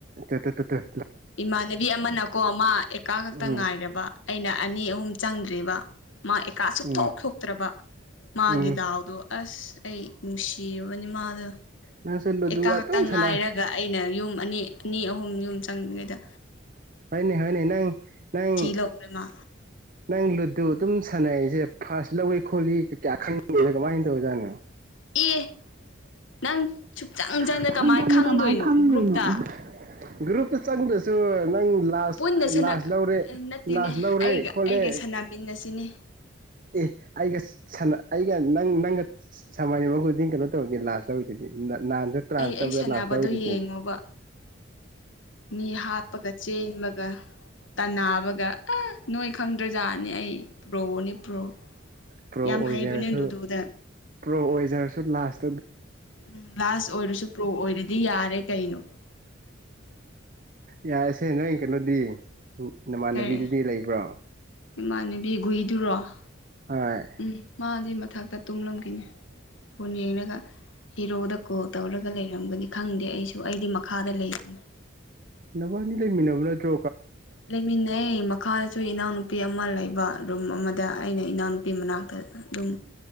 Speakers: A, on the right (about 45°); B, on the left (about 75°).
A: ꯇꯠꯇ ꯇꯠꯇ
B: ꯏꯃꯥꯟꯅꯕꯤ ꯑꯃꯅꯀꯣ ꯑꯃ ꯑꯦꯀꯥ ꯈꯛꯇ
A: ꯎꯝ
B: ꯉꯥꯏꯔꯕ ꯑꯩꯅ ꯑꯅꯤ ꯑꯍꯨꯝ ꯆꯪꯗ꯭ꯔꯤꯕ ꯃꯥ ꯑꯦꯀꯥ ꯁꯨꯞꯊꯣꯛ
A: ꯎꯝ
B: ꯊꯣꯛꯇ꯭ꯔꯕ ꯃꯥꯒꯤ
A: ꯎꯝ
B: ꯗꯥꯎꯗꯣ ꯑꯁ ꯑꯩ ꯅꯨꯡꯁꯤꯔꯕꯅꯤ ꯃꯥꯗꯣ
A: ꯅꯪꯁꯨ ꯂꯨꯗꯨ
B: ꯑꯦꯀꯥ
A: ꯑꯗꯨꯝ
B: ꯈꯇ
A: ꯁꯥꯟꯅꯩ
B: ꯉꯥꯏꯔꯒ ꯑꯩꯅ ꯌꯨꯝ ꯑꯅꯤ ꯑꯅꯤ ꯑꯍꯨꯝꯅꯤ ꯑꯍꯨꯝ ꯆꯪꯗ꯭ꯉꯩꯗ
A: ꯍꯅꯦ ꯍꯅꯦ ꯅꯪ ꯅꯪ
B: ꯂꯧꯈ꯭ꯔꯦ ꯃꯥ
A: ꯅꯪ ꯂ ꯑꯗꯨ ꯑꯗꯨꯝ ꯁꯥꯟꯅꯩꯁꯦ ꯐꯥꯔꯁ ꯂꯧꯏ ꯈꯣꯠꯂꯤ ꯀꯌꯥ ꯈꯪꯗꯦꯕ ꯀꯃꯥꯏꯅ ꯇꯧꯖꯥꯠꯅꯣ
B: ꯑꯦ ꯅꯪ ꯁꯨꯞꯆꯪ ꯆꯪꯗ
A: ꯏꯆꯪ
B: ꯀꯃꯥꯏꯅ
A: ꯆꯪꯅ
B: ꯈꯪꯗꯣꯏꯅꯣ
A: ꯈꯪꯗꯣꯏꯅꯣ
B: ꯒ꯭ꯔꯨꯞꯇ
A: ꯒ꯭ꯔꯨꯞꯇ ꯆꯪꯗ꯭ꯔꯁꯨ ꯅꯪ ꯂꯥꯁ
B: ꯄꯨꯟꯅ
A: ꯂꯥꯁ ꯂꯧꯔꯦ
B: ꯅꯠꯇꯦꯅꯦ
A: ꯂꯥꯁ ꯂꯧꯔꯦ
B: ꯑꯩꯒ
A: ꯈꯣꯠꯂꯦ
B: ꯑꯩꯒ ꯁꯥꯟꯅꯃꯤꯟꯅ ꯑꯁꯤꯅꯦ
A: ꯑꯦ ꯑꯩꯒ ꯁ ꯑꯩꯒ ꯅꯪ ꯅꯪꯒ ꯁꯃꯅ ꯋꯥꯗꯤ ꯀꯩꯅꯣ ꯂꯥꯁꯁ ꯂ ꯑꯣꯏ ꯅꯥꯟꯁ ꯇ꯭ꯔꯥꯟꯁ
B: ꯑꯩ ꯑꯩ ꯁꯥꯟꯅꯕꯗꯣ
A: ꯂꯁ ꯂ ꯑꯣꯏꯗꯤ
B: ꯌꯦꯡꯉꯣꯕ ꯃꯤ ꯍꯥꯞꯄꯒ ꯆꯦꯟꯕꯒ ꯇꯅꯥꯕꯒ ꯅꯣꯏ ꯈꯪꯗ꯭ꯔꯖꯥꯠꯅꯤ ꯑꯩ ꯄꯨ꯭ꯔꯣꯅꯦ ꯄ꯭ꯔꯣ
A: ꯄ꯭ꯔꯣ
B: ꯌꯥꯝ
A: ꯑꯣꯏꯖꯔꯁꯨ
B: ꯍꯩꯕꯅꯦ ꯂꯨꯗꯣꯗ
A: ꯄ꯭ꯔꯣ ꯑꯣꯏꯖꯔꯁꯨ ꯂꯥꯁ
B: ꯎꯝ ꯂꯥꯁ ꯑꯣꯏꯔꯁꯨ ꯄ꯭ꯔꯣ ꯑꯣꯏꯔꯗꯤ ꯌꯥꯔꯦ ꯀꯩꯅꯣ
A: ꯌꯥꯏꯁꯦ ꯅꯣꯏ ꯀꯩꯅꯣꯗꯤ ꯅꯃꯥꯟꯅꯕꯤꯗꯨꯗꯤ
B: ꯀꯔꯤ
A: ꯂꯩꯕ꯭ꯔꯣ
B: ꯏꯃꯥꯟꯅꯕꯤ ꯨꯏꯗꯨꯔꯣ <inaudible>
A: ꯍꯣꯏ
B: ꯎꯝ ꯃꯥꯗꯤ ꯃꯊꯛꯇ ꯇꯨꯝꯂꯣꯡ ꯀꯅꯤ ꯐꯣꯟ ꯌꯦꯡꯒ ꯍꯦꯔꯣꯗ ꯀꯣꯜ ꯇꯧꯔꯒ ꯂꯩꯔꯝꯒꯅꯤ ꯈꯪꯗꯦ ꯑꯩꯁꯨ ꯑꯩꯗꯤ ꯃꯈꯥꯗ ꯂꯩꯕꯅꯤ
A: ꯅꯕꯅꯤ ꯂꯩ ꯃꯤꯂꯕ ꯇ
B: ꯂꯩꯃꯤꯟꯅ ꯃꯈꯥꯗꯁꯨ ꯏꯅꯥꯎꯅꯨꯄꯤ ꯑꯃ ꯂꯩꯕ ꯔꯨꯝ ꯑꯃꯗ ꯑꯩꯅ ꯏꯅꯥꯎꯅꯨꯄꯤ ꯃꯅꯥꯛꯇ ꯑꯗꯨꯝ